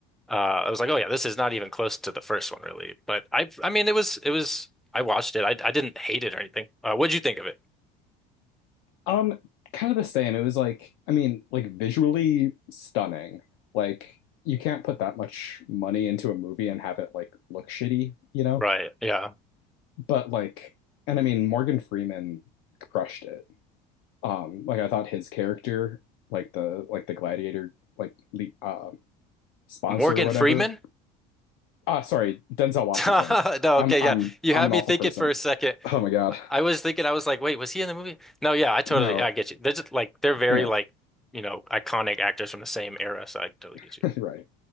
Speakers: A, in the centre; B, on the left (about 70°).
A: uh I was like, oh yeah, this is not even close to the first one really. But I I mean it was it was I watched it. I I didn't hate it or anything. Uh, what'd you think of it?
B: Um, kind of the same. It was like, I mean, like visually stunning. Like you can't put that much money into a movie and have it like look shitty, you know?
A: Right. Yeah.
B: But like, and I mean, Morgan Freeman crushed it Um, like I thought his character, like the like the gladiator, like le- uh, sponsor
A: Morgan
B: or whatever.
A: Freeman?
B: Ah, sorry, Denzel Washington.
A: <laughs> No,
B: I'm
A: okay,
B: I'm
A: yeah. You
B: I'm
A: had
B: an
A: me
B: awful
A: thinking
B: person.
A: for a second.
B: Oh my God.
A: I was thinking, I was like, wait, was he in the movie? No, yeah, I totally,
B: No.
A: I get you. They're just like, they're very
B: Yeah,
A: like, you know, iconic actors from the same era, so I totally get
B: <laughs>
A: you.
B: right.